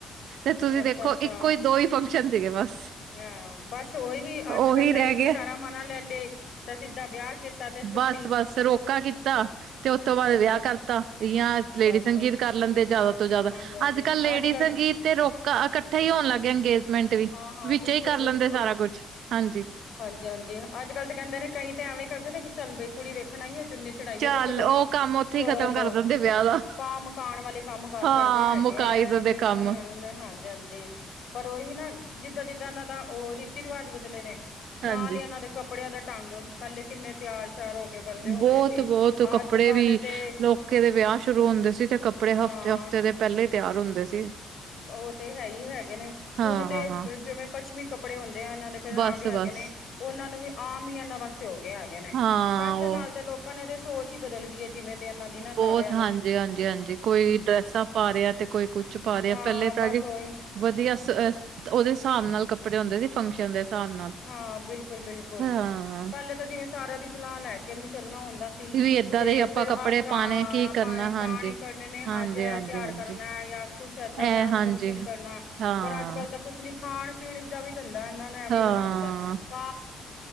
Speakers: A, on the right; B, on the left.
A: ਤੇ ਤੁਸੀਂ
B: ਅੱਛਾ
A: ਦੇਖੋ
B: ਅੱਛਾ
A: ਇੱਕੋ ਹੀ ਦੋ ਹੀ ਫੰਕਸ਼ਨ ਸੀਗੇ ਬਸ
B: ਹਾਂ ਬਸ ਉਹੀ ਅੱਜ
A: ਉਹੀ
B: ਕੱਲ ਤਾਂ
A: ਰਹਿ
B: ਰਿੰਗ
A: ਗਿਆ।
B: ਸਾਰਾ ਮਨਾ ਲੈ ਲਏ ਤਾਂ ਸਿੱਧਾ ਵਿਆਹ ਕੀਤਾ ਤੇ ਛੁੱਟੀ
A: ਬਸ ਬਸ ਰੋਕਾ ਕੀਤਾ ਤੇ ਉਸਤ ਤੋਂ ਬਾਅਦ
B: ਹਾਂਜੀ
A: ਵਿਆਹ
B: ਹਾਂਜੀ
A: ਕਰਤਾਆ ਯਾ ਲੇਡੀ
B: ਬਸ
A: ਸੰਗੀਤ ਕਰ ਲੈਂਦੇ ਜ਼ਿਆਦਾ ਤੋਂ ਜ਼ਿਆਦਾ
B: ਹਾਂਜੀ ਹਾਂਜੀ
A: ਅੱਜ ਕੱਲ੍ਹ ਲੇਡੀ
B: ਕੱਲ
A: ਸੰਗੀਤ ਤੇ ਰੋਕ ਇਕੱਠਾ ਹੀ ਹੋਣ ਲੱਗ ਗਿਆ ਅੰਗੇਜਮੈਂਟ ਵੀ
B: ਹਾਂ ਹਾਂ
A: ਵਿੱਚ
B: ਬਿਲਕੁਲ
A: ਹੀ ਕਰ ਲੈਂਦੇ
B: ਬਿਲਕੁਲ
A: ਸਾਰਾ ਕੁਝ ਹਾਂਜੀ
B: ਹਾਂਜੀ ਹਾਂਜੀ ਅੱਜ ਕੱਲ ਤੇ ਕਹਿੰਦੇ ਨੇ ਕਈ ਤੇ ਐਵੇਂ ਕਰਦੇ ਨੇ ਚੱਲ ਬਈ ਕੁੜੀ ਵੇਖਣਾ ਹੀ ਹੈ ਚੁੰਨੀ ਚੜਾਈਏ
A: ਚੱਲ
B: ਤੇ ਚਲੋ
A: ਉਹ ਕੰਮ ਉੱਥੇ
B: ਚਲੋ
A: ਹੀ ਖ਼ਤਮ ਕਰ ਦਿੰਦੇ ਵਿਆਹ ਦਾ।
B: ਭਾ ਮਕਾਨ ਵਾਲੇ ਕੰਮ ਕਰ
A: ਹਾਂ
B: ਛੱਡਦੇ ਹੈਗੇ
A: ਮੁਕਾਈ
B: ਆ
A: ਦਿੰਦੇ
B: ਵੀ
A: ਕੰਮ
B: ਮੈਂ ਹਾਂ ਹਾਂਜੀ ਹਾਂਜੀ ਪਰ ਉਹੀ ਨਾ ਜਿੱਦਾਂ ਜਿੱਦਾਂ ਇਹਨਾਂ ਦਾ ਉਹ ਰੀਤੀ ਰਿਵਾਜ ਬਦਲੇ ਨੇ
A: ਹਾਂਜੀ।
B: ਨਾਲ ਹੀ ਇਹਨਾਂ ਦੇ ਕੱ ਕੱਪੜਿਆਂ ਦਾ <unintelligible> ਪਹਿਲੇ ਕਿੰਨੇ ਤਿਆਰ ਸ਼ਿਆਰ ਹੋ ਕੇ ਕਰਦੇ ਹੁੰਦੇ
A: ਬਹੁਤ
B: ਸੀ
A: ਬਹੁਤ ਕੱਪੜੇ
B: ਅੱਜ ਕੱਲ
A: ਵੀ
B: ਤੇ
A: ਲੋਕ ਦੇ ਵਿਆਹ ਸ਼ੁਰੂ ਹੁੰਦੇ ਸੀ ਤੇ ਕੱਪ ਕੱੜੇ
B: ਹਾਂ
A: ਹਫ਼ਤੇ ਹਫ਼ਤੇ ਦੇ ਪਹਿਲੇ ਹੀ ਤਿਆਰ ਹੁੰਦੇ ਸੀ
B: ਉਹ ਤੇ ਹੈ ਹੀ ਹੈਗੇ ਨੇ
A: ਹਾਂ।
B: ਹੁਣ ਤੇ ਜਿਵੇਂ ਪੱਛਮੀ ਕੱਪੜੇ ਹੁੰਦੇ ਆ ਇਹਨਾਂ ਦੇ ਪੰਜਾਬ
A: ਬਸ-ਬਸ
B: ਵੀ ਹੈਗੇ ਨੇ ਉਹਨਾਂ ਨੂੰ ਵੀ ਆਮ ਹੀ ਇਹਨਾਂ ਵਾਸਤੇ ਹੋ ਗਏ ਹੈਗੇ ਨੇ
A: ਹਾਂ
B: ਫੈਸ਼ਨ
A: ਉਹ
B: ਨਾਲ ਤੇ ਲੋਕ ਭਣੇ ਦੇ ਸੋਚ ਹੀ ਬਦਲ ਗਈ ਹੈ ਜਿਵੇਂ ਤੇ ਇਹਨਾਂ ਦੀ ਨਾ ਸਾਰਿਆਂ
A: ਬਹੁਤ ਹਾਂਜੀ
B: ਨੂੰ
A: ਹਾਂਜੀ ਹਾਂਜੀ ਕੋਈ ਡਰੈਸਪ ਪਾ ਰਿਹਾ ਤੇ ਕੋਈ ਕੁਛ ਪਾ ਰ
B: ਹਾਂ
A: ਆ ਪਹਿਲੇ
B: ਬਸ
A: ਤਾਂ ਜੀ
B: ਉਹੀ
A: ਵਧੀਆ ਉਹਦੇ ਹਿਸਾਬ ਨਾਲ ਕੱਪੜੇ ਹੁੰਦੇ ਸੀ ਫੰਕਸ਼ਨ ਦੇ ਹਿਸਾਬ ਨਾਲ
B: ਹਾਂ ਬਿਲਕੁਲ ਬਿਲਕੁਲ
A: ਹਾਂ
B: ਪਹਿਲੇ ਤਾਂ ਜਿਵੇਂ ਸਾਰਿਆਂ ਦੀ ਸਲਾਹ ਲੈ ਕੇ ਇਹਨੂੰ ਚੱਲਣਾ ਹੁੰਦਾ
A: ਵੀ ਏਦਾਂ
B: ਤੇ
A: ਦੇ ਆਪਾਂ
B: ਫਿਰ
A: ਕੱਪੜੇ
B: ਅੱਜ ਪਾ
A: ਪਾਣੇ ਕੀ ਕਰਨਾ ਹਾਂਜੀ।
B: ਪਾਣੀ ਕਰਨੇ ਨੇ
A: ਹਾਂਜੀ-ਹਾਂਜੀ-ਹਾਂਜੀ
B: ਅੱਜ ਇਹ ਤਿਆਰ ਕਰਨਾ ਜਾਂ ਕੁੱਛ ਏਦਾਂ
A: ਇਹ
B: ਵਿਆਹਨ
A: ਹਾਂਜੀ
B: ਫੰਕਸ਼ਨ ਕਰਨਾ
A: ਹਾਂ।
B: ਪਰ ਅੱਜ ਕੱਲ੍ਹ ਤਾਂ ਕੁਛ ਨੀ ਖਾਣ ਪੀਣ ਦਾ ਵੀ ਧੰਦਾ ਇਹਨਾਂ ਨੇ ਐਵੇਂ
A: ਹਾਂ
B: ਹੀ ਬਣਾ ਦਿੱਤਾ <inaudible>